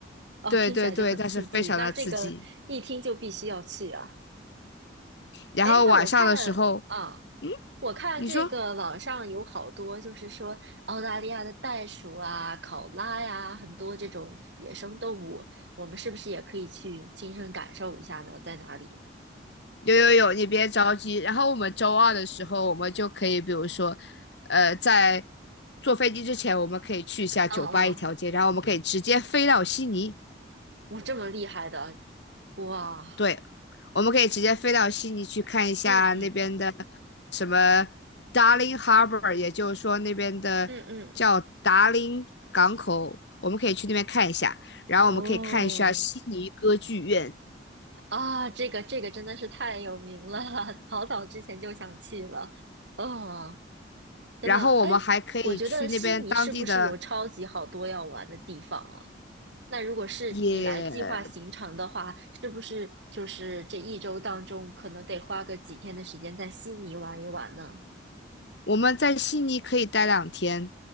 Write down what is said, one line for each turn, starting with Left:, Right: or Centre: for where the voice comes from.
Right: 哦，
Left: 对对对，
Right: 听起来就很刺激，
Left: 但是非常的刺激。
Right: 那这个一听就必须要去啊。
Left: 然后晚上的时候，
Right: 哎，那我看啊，
Left: 嗯，
Right: 我看这个网上有好多，
Left: 你说
Right: 就是说澳大利亚的袋鼠啊、考拉呀、很多这种野生动物，我们是不是也可以去亲身感受一下呢？在哪里？
Left: 有有有，你别着急。然后我们周二的时候，我们就可以，比如说，呃，在坐飞机之前，我们可以去一下酒吧一条街，
Right: 嗯嗯，
Left: 然后我们可以直接飞到悉尼。
Right: 我这么厉害的，哇，
Left: 对，我们可以直接飞到悉尼去看一下那边的
Right: 嗯嗯
Left: 什么 Darling Harbour，也就是说那边的叫达林港口，
Right: 嗯嗯，
Left: 我们可以去那边看一下。然后我们可以看一下悉尼歌剧院，
Right: 哦啊，这个这个真的是太有名了，<laughs> 好早之前就想去了，哦。真的，
Left: 然后我们还可以去那边当地的
Right: 哎，我觉得悉尼是不是有超级好多要玩的地方啊？那如果是你来计划行程的话，
Left: 野
Right: 是不是就是这一周当中可能得花个几天的时间在悉尼玩一玩呢？
Left: 我们在悉尼可以待两天，